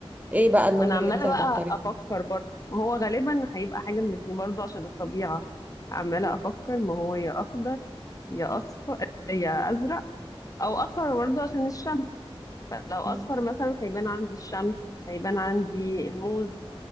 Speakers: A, on the right; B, on the left.
A: ايه بقى اللون
B: ما انا
A: اللي
B: عماله
A: انت هتختاريه
B: بقى افكر برضو ما هو غالبا هيبقى حاجه من اتنين برضو عشان الطبيعه عماله افكر ما هو يا اخضر يا اصفر يا ازرق او اصفر برضو عشان الشمس فلو اصفر
A: مم.
B: مثلا هيبان عندي الشمس هيبان عندي الموز